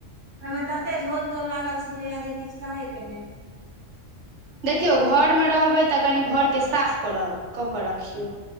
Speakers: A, on the right; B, on the right.
A: ओहिमे तते झोल तोल लागल छलैए जे किछु कहे के नहि।
B: देखियौ घरमे रहबै तऽ कनि घरके साफ कऽ कऽ रखियौ।